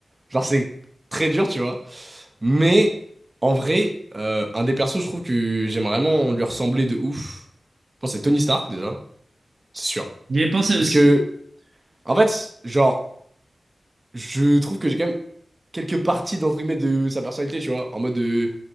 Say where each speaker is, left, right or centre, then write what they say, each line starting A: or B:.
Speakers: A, on the right; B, on the right.
A: Genre, c'est très dur, tu vois. Mais, en vrai, euh, un des persos, je trouve que j'aime vraiment lui ressembler de ouf. Je pense que c'est Tony Stark, déjà. C'est sûr.
B: J'y ai pensé
A: Parce
B: aussi.
A: que, en fait, genre. je trouve que j'ai quand même quelques parties d'entre guillemets de sa personnalité, tu vois, en mode de